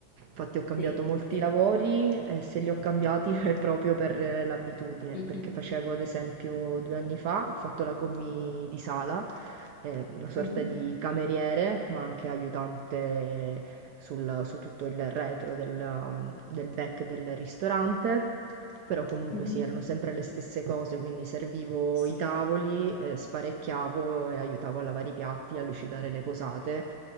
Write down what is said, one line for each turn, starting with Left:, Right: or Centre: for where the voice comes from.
Right: Infatti ho cambiato
Left: sì,
Right: molti
Left: sì.
Right: lavori e se li ho cambiati <laughs> è proprio per eh, l'abitudine,
Left: Mhm,
Right: perché facevo ad esempio due anni fa, ho fatto la commì di sala, eh, una sorta
Left: mhm,
Right: di cameriere, ma anche aiutante sul- su tutto il retro del, del back del ristorante, però comunque
Left: mhm,
Right: sì, erano sempre le stesse cose, quindi servivo
Left: Sì.
Right: i tavoli, eh, sparecchiavo e aiutavo a lavare i piatti, a lucidare le posate.